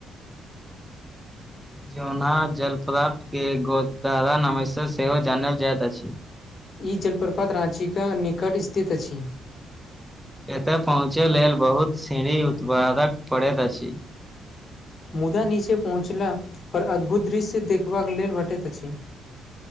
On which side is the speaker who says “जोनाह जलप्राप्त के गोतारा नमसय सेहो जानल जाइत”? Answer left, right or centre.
Centre